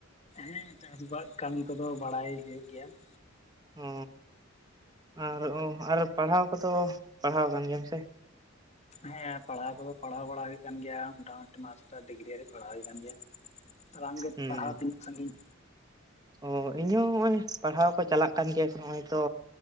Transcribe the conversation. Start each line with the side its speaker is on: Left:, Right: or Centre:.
Left: ᱦᱮ, ᱸ ᱪᱟᱥ ᱵᱟᱥ ᱠᱟᱹᱢᱤ ᱠᱚᱫᱚ ᱵᱟᱲᱟᱭ ᱦᱩᱭᱩᱜ ᱜᱮᱭᱟ ᱾
Right: ᱚ ᱟᱨ ᱚ ᱟᱨ ᱯᱟᱲᱦᱟᱣ ᱠᱚᱫᱚ ᱯᱟᱲᱦᱟᱣ ᱠᱟᱱ ᱜᱮᱭᱟᱢ ᱥᱮ?
Left: ᱦᱮᱸ ᱯᱟᱲᱦᱟᱣ ᱠᱚᱫᱚ ᱯᱟᱲᱦᱟᱣ ᱵᱟᱲᱟ ᱦᱩᱭᱩᱜ ᱠᱟᱱ ᱜᱮᱭᱟ, ᱢᱳᱴᱟᱢᱩᱴᱤ ᱢᱟᱥᱴᱟᱨ ᱰᱤᱜᱽᱨᱤ ᱦᱟᱹᱨᱤᱡ ᱯᱟᱲᱦᱟᱣ ᱦᱩᱭ ᱠᱟᱱ ᱜᱮᱭᱟ ᱾ ᱛᱚ ᱟᱢ ᱜᱮ
Right: ᱦᱩᱸ
Left: ᱯᱟᱲᱦᱟᱣ ᱛᱤᱱᱟᱹᱜ ᱥᱟᱺᱜᱤᱧ?
Right: ᱚ ᱤᱧ ᱦᱚᱸ ᱱᱚᱜᱼᱚᱭ ᱯᱟᱲᱦᱟᱣ ᱠᱚ ᱪᱟᱞᱟᱜ ᱠᱟᱱ ᱜᱮᱭᱟ ᱾ ᱱᱚᱜᱼᱚᱭ ᱛᱚ